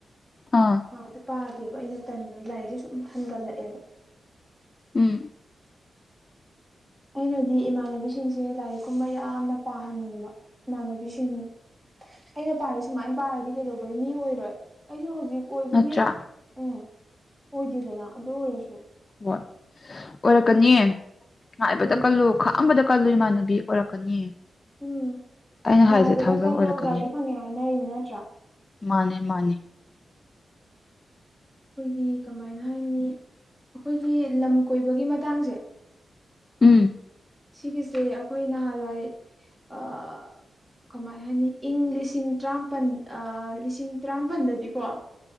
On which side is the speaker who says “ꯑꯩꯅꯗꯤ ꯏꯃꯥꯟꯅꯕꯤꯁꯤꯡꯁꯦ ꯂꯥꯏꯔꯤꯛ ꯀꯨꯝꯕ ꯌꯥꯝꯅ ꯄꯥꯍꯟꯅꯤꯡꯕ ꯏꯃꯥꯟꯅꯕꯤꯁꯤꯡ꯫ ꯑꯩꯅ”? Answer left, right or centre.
Right